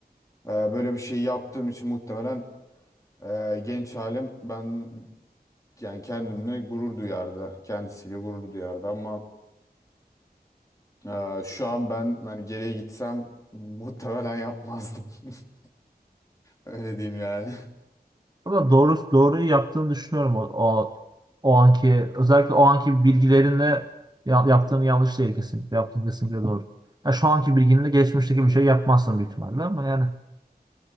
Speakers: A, on the left; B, on the right.
A: Ee, Böyle bir şey yaptığım için muhtemelen e, genç halim ben yani kendimle gurur duyardı. Kendisiyle gurur duyardı ama e, şu an ben hani geriye gitsem muhtemelen yapmazdım. <laughs> Öyle diyeyim yani.
B: Ama doğru, doğruyu yaptığını düşünüyorum o, o, o anki özellikle o anki bilgilerinle ya- yaptığını yanlış değil kesinlikle. Yaptığın kesinlikle doğru. Ya şu anki bilginle geçmişteki bir şey yapmazsın büyük ihtimalle ama yani